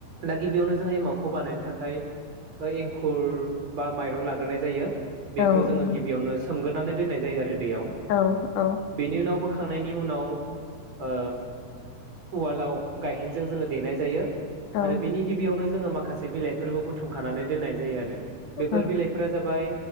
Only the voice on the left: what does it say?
औ
नंगौ
औ औ
औ
औ